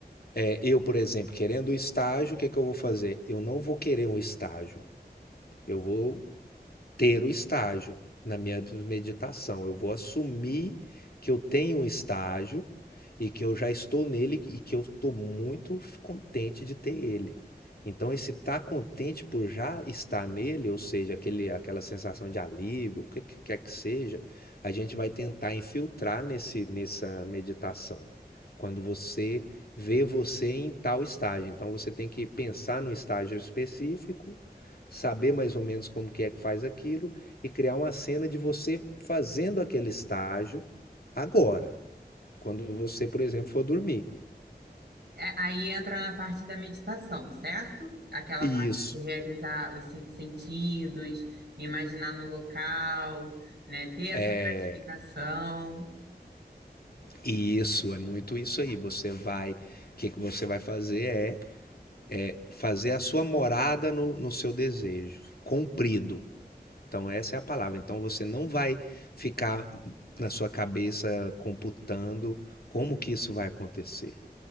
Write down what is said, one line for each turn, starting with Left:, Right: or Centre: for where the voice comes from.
Left: eh, eu, por exemplo, querendo o estágio, o que que eu vou fazer? Eu não vou querer um estágio. Eu vou ter o estágio na minha meditação. Eu vou assumir que eu tenho um estágio e que eu já estou nele e que eu estou muito contente de ter ele. Então, esse estar contente por já estar nele, ou seja, aquele, aquela sensação de alívio, o que quer que seja, a gente vai tentar infiltrar nesse, nessa meditação. Quando você vê você em tal estágio. Então, você tem que pensar no estágio específico saber mais ou menos como que é que faz aquilo e criar uma cena de você fazendo aquele estágio agora, quando você, por exemplo, for dormir.
Right: É, aí entra na parte da meditação, certo? Aquela
Left: E
Right: parte
Left: isso
Right: de realizar os cinco sentidos, me imaginar no local, né? Ter essa
Left: é
Right: gratificação.
Left: e isso é muito isso aí. Você vai, o que, que você vai fazer é, é fazer a sua morada no, no seu desejo, cumprido. Então essa é a palavra. Então você não vai ficar na sua cabeça computando como que isso vai acontecer.